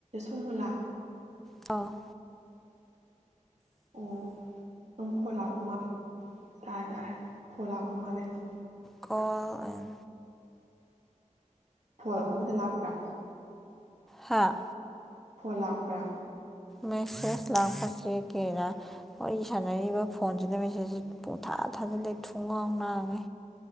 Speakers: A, on the right; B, in the centre.
A: ꯁꯣꯃꯣꯂ
B: ꯇꯣ
A: ꯑꯣ ꯑꯗꯨꯝꯈꯣ ꯂꯥ ꯂꯥꯛꯄ ꯃꯥꯜꯂꯦ ꯍꯥꯏ ꯍꯥꯏꯇꯥꯔꯦ ꯐꯣꯟ ꯂꯥꯛꯄ ꯃꯥꯜꯂꯦ ꯑꯩꯅ
B: ꯀꯣꯜ ꯑꯦꯟ
A: ꯍ ꯑꯃꯗ ꯂꯥꯛ <unintelligible>
B: ꯍꯥꯥ
A: ꯐꯣꯟ ꯂꯥꯛꯄ꯭ꯔꯥ
B: ꯃꯦꯁ ꯂꯁꯤ ꯀꯔ ꯍꯏ ꯁꯥꯟꯕ ꯐꯣꯟꯁꯤꯗ ꯃꯦꯁꯦꯖꯁꯤ ꯄꯨꯡꯊꯥ ꯊꯥꯖꯤꯂꯦ ꯊꯣꯡ ꯉꯥꯎ ꯅꯥꯉꯦ